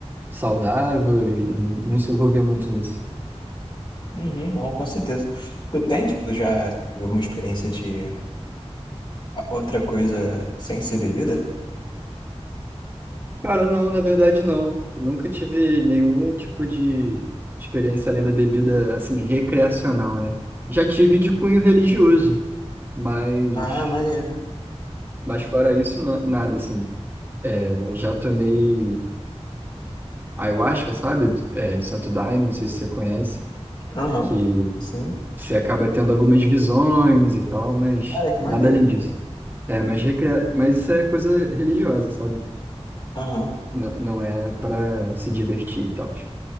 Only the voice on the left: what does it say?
Uhum, não, com certeza. Tu tem, tipo, tu já teve alguma experiência de a- outra coisa sem ser bebida?
Ah, maneiro.
Aham,
sim.
Cara, que
maneiro.
Aham,